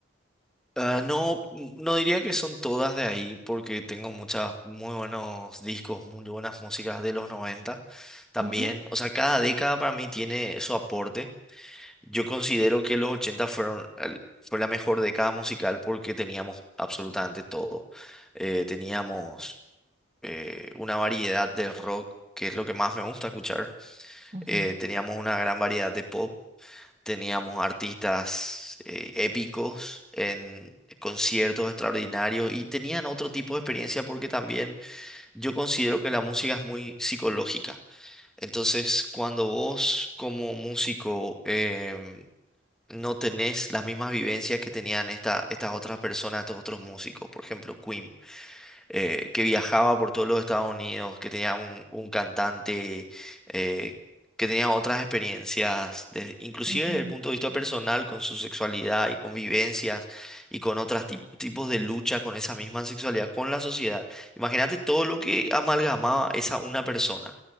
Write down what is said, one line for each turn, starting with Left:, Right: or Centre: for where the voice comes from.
Centre: Ah, no, no diría que son todas de ahí, porque tengo muchas muy buenos discos, muy buenas músicas de los 90 también.
Right: Ujú,
Centre: O sea, cada década para mí tiene su aporte. Yo considero que los 80 fueron, el- fue la mejor década musical porque teníamos absolutamente todo. Eh, teníamos eh, una variedad de rock, que es lo que más me gusta escuchar.
Right: ujú.
Centre: Eh, teníamos una gran variedad de pop Teníamos artistas eh, épicos en conciertos extraordinarios y tenían otro tipo de experiencia porque también yo considero que la música es muy psicológica. Entonces, cuando vos como músico em, no tenés las mismas vivencias que tenían esta- estas otras personas, estos otros músicos, por ejemplo, Queen eh, que viajaba por todos los Estados Unidos, que tenía un, un cantante, eh, que tenía otras experiencias, desde- inclusive
Right: Ujú.
Centre: desde el punto de vista personal, con su sexualidad y con vivencias y con otros tipos de lucha con esa misma sexualidad, con la sociedad. Imagínate todo lo que amalgamaba esa una persona.